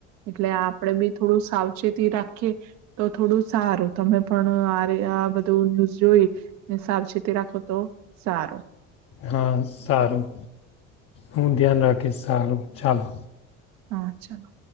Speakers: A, on the right; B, on the left.
A: એટલે આપડે બી થોડું સાવચેતી રાખીએ તો થોડું સારું તમે પણ આ આ બધું ન્યૂઝ જોઈ સાવચેતી રાખો તો સારું
B: હા સારું હું ધ્યાન રાખીશ સાલું ચાલો
A: હા ચાલો